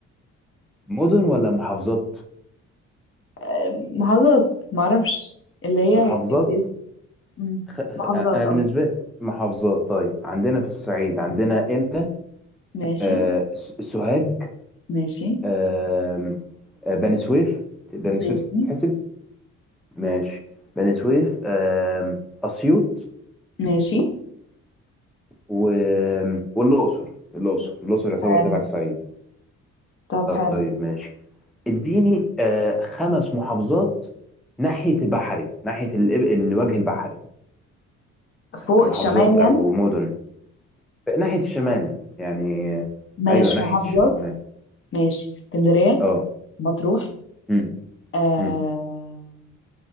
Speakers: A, in the centre; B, on the left.
A: مدن ولا محافظات
B: آه، محافظات معرفش اللي هي
A: محافظات
B: الاسم مم.
A: خ- خ-
B: محافظات
A: انا
B: اه
A: بالنسبه لي محافظات طيب عندنا في الصعيد عندنا قنا
B: ماشي
A: آه، س- سوهاج
B: ماشي
A: آم، آه، بني سويف بني
B: ماشي
A: سويف تتحسب ماشي بني سويف آم، أسيوط
B: ماشي
A: و... والأقصر الأقصر الأقصر يعتبر
B: حلو
A: تبع الصعيد
B: طب حلو
A: طيب ماشي اديني آه، خمس محافظات ناحية البحري ناحية ال- الوجه البحري
B: فوق
A: محافظات
B: الشمال يعني
A: أو مدن ناحية الشمال يعني آه،
B: ماشي
A: أيوه ناحية
B: محافظات
A: الشمال
B: ماشي اسكندرية
A: أه
B: مطروح
A: مم،
B: آه
A: مم.